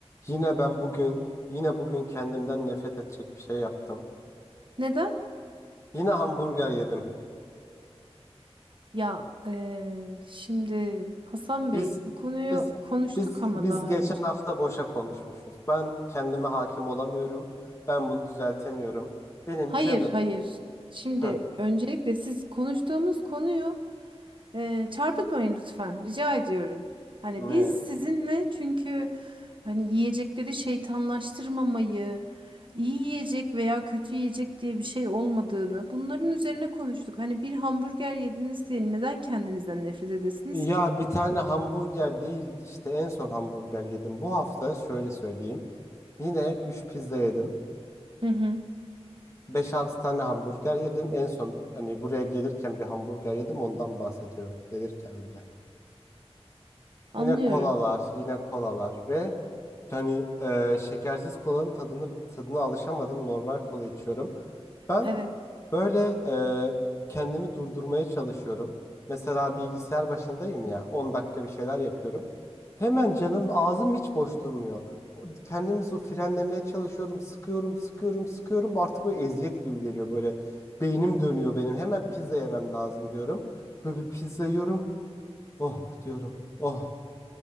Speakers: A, on the left; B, on the right.
A: Yine ben bugün, yine bugün kendimden nefret edecek bir şey yaptım.
B: Neden?
A: Yine hamburger yedim.
B: Ya eee, şimdi Hasan Bey
A: Biz,
B: bu konuyu
A: biz,
B: konuştuk
A: biz,
B: ama
A: biz
B: daha
A: geçen
B: önce.
A: hafta boşa konuşmuşuz. Ben kendime hakim olamıyorum. Ben bunu düzeltemiyorum. Benim
B: Hayır
A: canım.
B: hayır. Şimdi
A: Heh,
B: öncelikle siz konuştuğumuz konuyu eee, çarpıtmayın lütfen. Rica ediyorum. Hani
A: ne?
B: biz sizinle çünkü hani yiyecekleri şeytanlaştırmamayı, iyi yiyecek veya kötü yiyecek diye bir şey olmadığını bunların üzerine konuştuk. Hani bir hamburger yediniz diye neden kendinizden nefret edesiniz
A: Ya
B: ki?
A: bir tane hamburger değil işte en son hamburger yedim. Bu hafta şöyle söyleyeyim. Yine 3 pizza yedim.
B: Hı hı,
A: Beş altı tane hamburger yedim. En son hani buraya gelirken bir hamburger yedim ondan bahsediyorum. Gelirken bile.
B: anlıyorum.
A: Yine kolalar, yine kolalar ve hani e, şekersiz kolanın tadını tadına alışamadım. Normal kola içiyorum. Ben
B: Evet.
A: böyle e, kendimi durdurmaya çalışıyorum. Mesela bilgisayar başındayım ya 10 dakika bir şeyler yapıyorum. Hemen canım ağzım hiç boş durmuyor. O- Kendimi su frenlemeye çalışıyorum. Sıkıyorum, sıkıyorum, sıkıyorum. Artık böyle eziyet gibi geliyor böyle. Beynim dönüyor benim. Hemen pizza yemem lazım diyorum. Böyle bir pizza yiyorum. Oh diyorum. Oh